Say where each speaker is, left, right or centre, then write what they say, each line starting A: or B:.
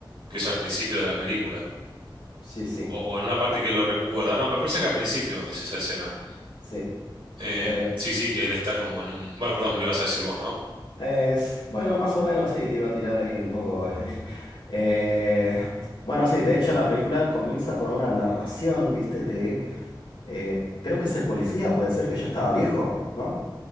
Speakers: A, on the right; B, on the left.
A: Que es al principio de la película.
B: Sí, sí,
A: O, o en una parte que él lo recuerda. No, me parece que al principio es esa escena.
B: sí.
A: Em,
B: Eh,
A: sí, sí, que él está como en un... Bueno, perdón, me lo ibas a decir vos, ¿no?
B: es, bueno, más o menos sí, te iba a tirar ahí un poco. <laughs> eh, bueno, sí, de hecho la película comienza con una narración, ¿viste? De, eh, creo que es el policía, puede ser que ya estaba viejo, ¿no?